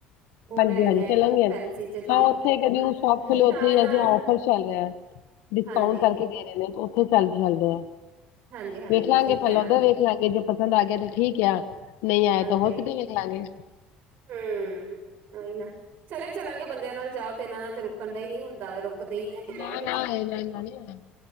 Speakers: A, on the right; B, on the left.
A: ਉਹ
B: ਹਾਂਜੀ
A: ਲੈਣੀ
B: -ਹਾਂਜੀ
A: ਆ
B: ਚੱਲਣਗੇ
A: ਇੱਕ ਫੈਂਸੀ ਚ ਥੋੜ੍ਹੀ
B: ਹਾਂ ਉੱਥੇ ਇਕ ਨਿਊ
A: ਹਾਂਜੀ
B: ਸ਼ੋਪ ਖੁੱਲੀ ਉਥੇ
A: ਨਾਲ ਨਾਲ
B: ਔਫਰ ਚੱਲ ਰਿਹਾ। ਡਿਸਕਾਊਂਟ
A: ਹਾਂਜੀ।
B: ਕਰਕੇ ਦੇ ਰਹੇ ਨੇ ਉੱਥੇ ਚੱਲਦੀ ਚੱਲਦੇ ਆ
A: ਹਾਂਜੀ-ਹਾਂਜੀ
B: ਵੇਖ ਲਾਗੇ
A: ਠੀਕ
B: ਫਲ
A: ਹੈ ਨਾ
B: ਉਧਰ ਏ। ਵੇਖ ਲਵਾਂਗੇ ਜੇ ਪਸੰਦ ਆ ਗਿਆ ਤੇ ਠੀਕ ਆ, ਨਹੀਂ ਆਇਆ
A: ਹਾਂਜੀ।
B: ਤਾਂ ਹੋਰ ਕਿਤੇ ਵੇਖ ਲਵਾਂਗੇ।
A: ਹੂੰ ਉਹੀ ਨਾ, ਚਲੇ ਚਲਾਂਗੇ ਬੰਦਿਆਂ ਨਾਲ ਜਾਓ ਤੇ ਇਹਨਾਂ ਨਾਲ ਤੇ ਰੁਕਣ ਦਾ ਹੀ ਨਹੀਂ ਹੁੰਦਾ ਵਾ ਰੁਕ ਰੁਕਦੇ ਨਹੀਂ ਕਿਤੇ।
B: ਨਾ ਨਾ ਇਹਨਾਂ ਨਾਲ ਨਹੀਂ ਆਉਣਾ